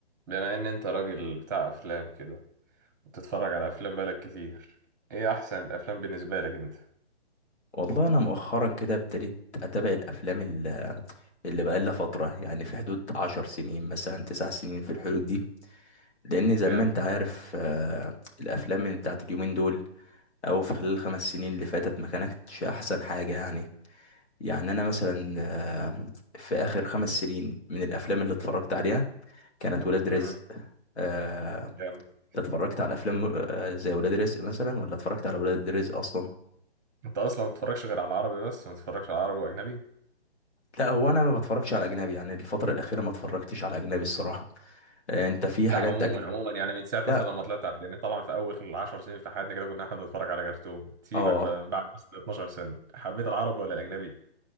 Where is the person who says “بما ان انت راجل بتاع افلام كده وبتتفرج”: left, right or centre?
Right